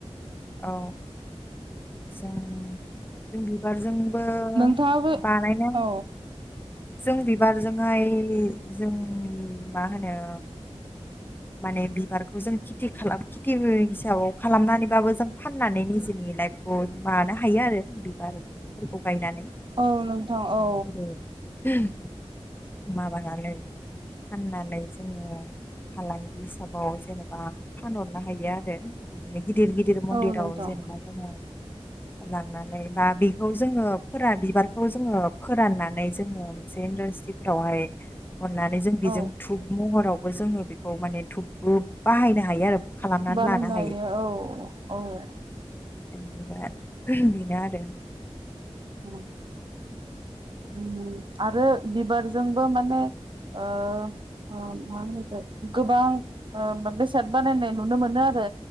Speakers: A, on the left (about 20°); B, on the right (about 50°).
A: औ। सेन बे बिबारजोंबो
B: नोंथाङाबो
A: बानायदों।
B: औ
A: जों बिबारजोंहाय जों माहोनो माने बिबारखौजों खिति खालाम खिति हो हिसाबाव खालामनानैबाबो जों फाननानै निजिनि लाइपखौ मानो हायो आरो बिबारफोरखौ गायनानै
B: औ नोंथां औ।
A: जेरै <unintelligible> माबानानै फाननानै जोङो फालांगि हिसाबाव जेनेबा फानहरनो हायो आरो बिदिनो गिदिर गिदिर मन्दिराव
B: औ नोंथां
A: जेनबा जोङो लांनानै बा बेखौ जोङो फोरा बिबारखौ जोङो फोराननानै जोङो मोनसे इद्रासथ्रि फोरावहाय अननानै जों बिजों
B: औ
A: धुब महरावबो जोङो बेखौ माने धुबबो बाहायनो हायो आरो। खालामनानै
B: बानायनो
A: लानो
B: हायो औ औ।
A: <unintelligible> बिनो आरो
B: <unintelligible> आरो बिबारजोंबो माने ओ ओ मा होनो इखो गोबां ओ बा बेसाद बानायनाय नुनो मोनो आर रो